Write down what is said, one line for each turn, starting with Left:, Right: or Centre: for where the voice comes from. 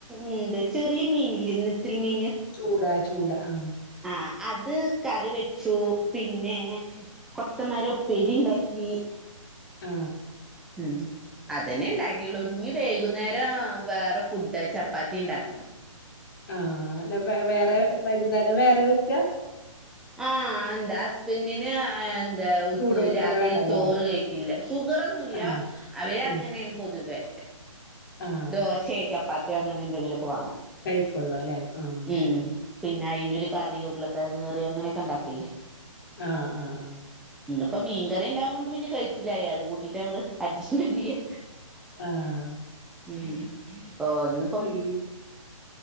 Centre: ഇന്ത് ചെറിയ മീന് ഇല്ലേ ഇന്നത്തിൽ മീന്
Left: ചൂടാ ചൂടാ ആഹ്
Centre: ആഹ് അത് കറി വെച്ചു പിന്നെ കൊത്തന്മരെ ഉപ്പേരി ഇണ്ടാക്കി
Left: ആഹ്
Centre: ഉം അതെന്നെ ഉണ്ടാക്കിയുള്ളു. ഇഞ്ഞ് വൈകുന്നേരം ബേറെ ഫുഡ് ചപ്പാത്തി ഇണ്ടാക്കണം
Left: ആഹ് വേറെ വൈകുന്നേരം വേറെ വെക്കാ
Centre: ആഹ് എന്ത അസ്ബൻഡിന് <unintelligible>
Left: ചൂടോട്ക്കനെ
Centre: രാത്രി
Left: വേണല്ലേ
Centre: ചോറ് കഴിക്കില്ല. ഷുഗറൊന്നുല്ല.
Left: ആഹ്
Centre: അവര്
Left: ആഹ്
Centre: അങ്ങനേണ് പൊതുവേ
Left: ആഹ്
Centre: ദോശെ ചപ്പാത്ത്യാെ അങ്ങനെ എന്തെങ്കിലൊക്കെ വാണം.
Left: കഴിക്കൊള്ളൂ അല്ലേ ആഹ്
Centre: ഉം. പിന്നെ അയിനൊരു കറി ഉരുളക്കെഴങ്ങ് കറി അങ്ങനെ ഒക്കെ ഉണ്ടാക്കില്ലേ
Left: ആഹ് ആഹ് ആഹ്
Centre: ഇന്ന്പ്പം മീൻ കറി ഉണ്ടാവൂണ്ട് പിന്നെ കഴിച്ചിലായി. അത് കൂട്ടിട്ട് അങ്ങട്ട് അഡ്സ്റ്റ്മെന്റ് ചെയ്യ
Left: ആഹ്
Centre: ഉം ഇന്ന്
Left: ഉം